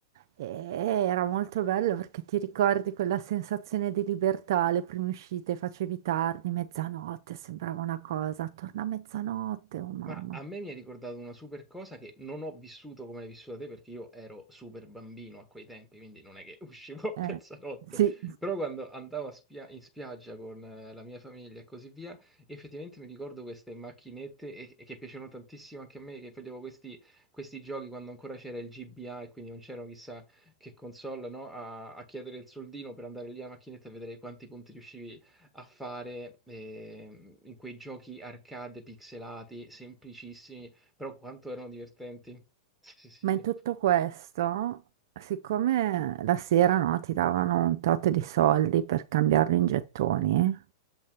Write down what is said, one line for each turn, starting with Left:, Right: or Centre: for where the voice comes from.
Right: E era molto bello perché ti ricordi quella sensazione di libertà, le prime uscite, facevi tardi, mezzanotte, sembrava una cosa, torna a mezzanotte, oh mamma.
Centre: Ma a me mi hai ricordato una super cosa che non ho vissuto come l'hai vissuta te perché io ero super bambino a quei tempi, quindi non è che <laughs> uscivo a
Right: Eh,
Centre: mezzanotte,
Right: sì.
Centre: però quando andavo a spia- in spiaggia con eh, la mia famiglia e così via, effettivamente mi ricordo queste macchinette e- e che piacevano tantissimo anche a me, che facevo questi, questi giochi quando ancora c'era il GBA e quindi non c'erano chissà che console, no? A, a chiedere il soldino per andare lì a macchinetta e vedere quanti punti riuscivi a fare ehm, in quei giochi arcade pixelati, semplicissimi, però quanto erano divertenti. Sì, sì, sì.
Right: Ma
Centre: sì.
Right: in tutto questo, siccome la sera, no, ti davano un tot di soldi per cambiarli in gettoni,